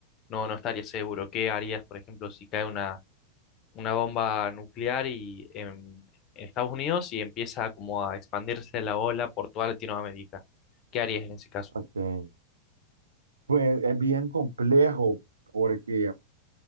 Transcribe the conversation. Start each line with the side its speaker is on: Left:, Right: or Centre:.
Left: no, no estaría seguro. ¿Qué harías, por ejemplo, si cae una, una bomba nuclear y en, en Estados Unidos y empieza como a expandirse la ola por toda Latinoamérica? ¿Qué harías en ese caso?
Right: Ok. Pues es bien complejo porque,